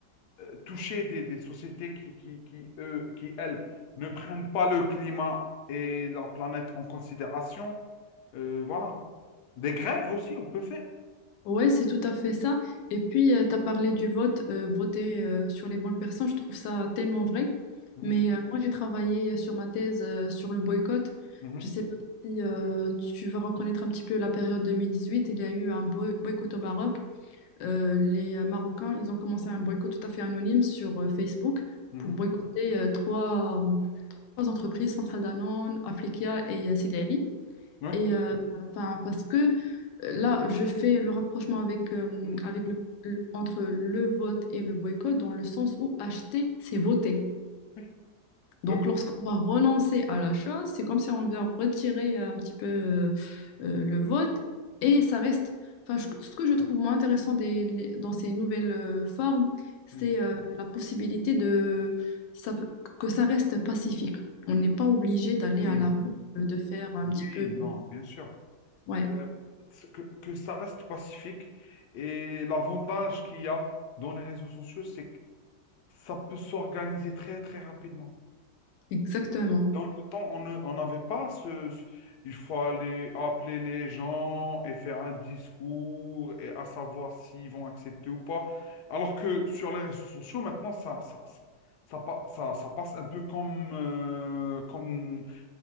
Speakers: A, on the left; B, on the left.
A: euh, toucher des, des sociétés qui, qui, qui, eux, qui, elles, ne prennent pas le climat et leur planète en considération. Euh, voilà. Des grèves aussi, on peut faire.
B: Ouais, c'est tout à fait ça. Et puis, tu as parlé du vote, euh, voter euh, sur les bonnes personnes, je trouve ça tellement vrai.
A: Mhm,
B: Mais euh, moi, j'ai travaillé euh, sur ma thèse euh, sur le boycott.
A: mhm,
B: Je sais pas si euh, tu vas reconnaître un petit peu la période 2018. Il y a eu un boy- boycott au Maroc. Euh, les euh, Marocains, ils ont commencé un boycott tout à fait anonyme sur euh, Facebook
A: mhm.
B: pour boycotter euh, trois, trois entreprises, Centrale Danone, Africa et euh, Sidi Ali.
A: Oui,
B: Et euh, enfin, parce que euh, là, je fais le rapprochement avec, euh,
A: mhm,
B: avec le- le- entre le vote et le boycott dans le sens où acheter, c'est voter.
A: oui,
B: Donc,
A: bah oui.
B: lorsqu'on va renoncer à la chose, c'est comme si on vient retirer euh, un petit peu euh, euh, le vote et ça reste. Enfin, je- ce que je trouve moins intéressant des- les- dans ces nouvelles euh, formes, c'est
A: Mhm,
B: euh, la possibilité de ça- que ça reste pacifique. On n'est pas obligé d'aller
A: oui,
B: à la rue, euh, de faire un
A: oui,
B: petit peu.
A: non, bien sûr.
B: Ouais.
A: Euh, c'est que, que ça reste pacifique. Et l'avantage qu'il y a dans les réseaux sociaux, c'est que ça peut s'organiser très, très rapidement.
B: Exactement.
A: Dans le temps, on ne- on n'avait pas ce, ce- Il faut aller appeler les gens et faire un discours et à savoir s'ils vont accepter ou pas. Alors que sur les réseaux sociaux, maintenant, ça, ça, ça, ça, pa- ça- ça passe un peu comme, euh, comme,